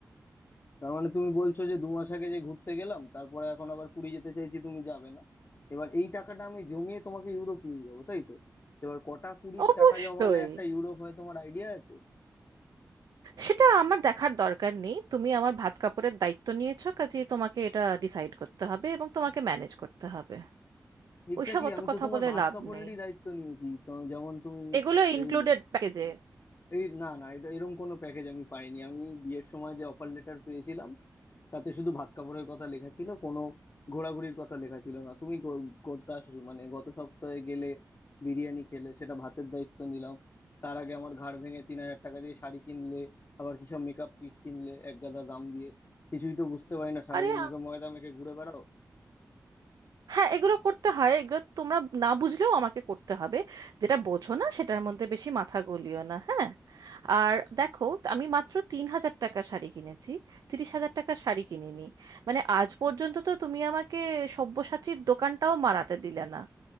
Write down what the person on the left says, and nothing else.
তার মানে তুমি বলছো যে দু মাস আগে যে ঘুরতে গেলাম তারপরে এখন আবার পুরী যেতে চাইছি তুমি যাবে না এবার এই টাকাটা আমি জমিয়ে তোমাকে ইউরোপ নিয়ে যাবো তাই তো এবার কটা কুড়ির
টাকা জমালে একটা ইউরোপ হয় তোমার আইডিয়া আছে
এক্স্যাক্টলি
আমি
তো তোমার
ভাত
কাপড়েরই
দায়িত্ব নিয়েছি তো যেমন তুমি
এই
এই না না এটা এরকম কোনো প্যাকেজ আমি পাইনি আমি বিয়ের সময় যে অফার লেটার পেয়েছিলাম তাতে শুধু ভাত কাপড়ের কথা লেখা ছিল কোনো ঘোরাঘুরির কথা লেখা ছিল না তুমি কর- করতে আসো মানে গত সপ্তাহে গেলে বিরিয়ানি খেলে সেটা ভাতের দায়িত্ব নিলাম তার আগে আমার ঘাড় ভেঙে তিন হাজার টাকা দিয়ে শাড়ি কিনলে আবার কিসব মেকআপ কিট কিনলে এক গাদা দাম দিয়ে কিছুই তো বুঝতে পারি না সারাদিন
মুখে ময়দা মেখে ঘুরে বেড়াও